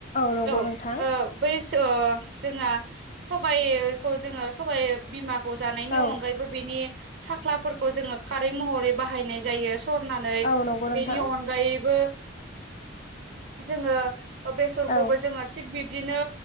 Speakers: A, on the left; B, on the right.
A: नंगौ
B: औ ओ
A: नोंथां
B: बै ओ जोंहा सबाइखौ जोङो सबाइ बिमा खौ जानायनि अनगायैबो
A: औ
B: बेनि साख्लाफोरखौ जोङो खारै महरै बाहायनाय जायो । सरनानै
A: औ नंगौ नोंथां
B: बेनि अनगायैबो जोङो बेसरखौबो
A: औ
B: जोङो थिग बिब्दिनो